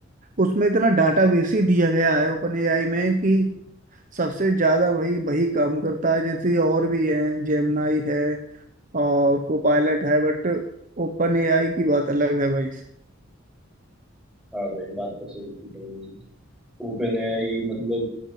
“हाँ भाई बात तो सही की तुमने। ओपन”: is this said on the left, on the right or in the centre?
Centre